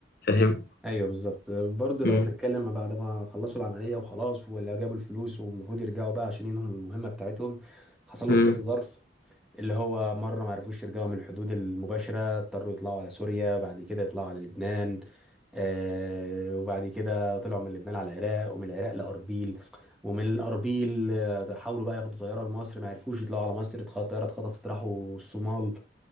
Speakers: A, on the left; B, in the centre.
A: فاهم
B: ايوه بالظبط برضه
A: امم
B: لو هنتكلم بعد ما خلصوا العمليه وخلاص ولا جابوا الفلوس والمفروض يرجعوا بقى عشان ينهوا المهمه بتاعتهم حصل
A: امم
B: لهم كذا ظرف اللي هو مره ما عرفوش يرجعوا من الحدود المباشره اضطروا يطلعوا على سوريا وبعد كده يطلعوا على لبنان آه وبعد كده طلعوا من لبنان على العراق ومن العراق لأربيل ومن الأربيل آه، حاولوا بقى ياخدوا طيارة لمصر ما عرفوش يطلعوا على مصر اتخ- الطيارة اتخطفت راحوا الصومال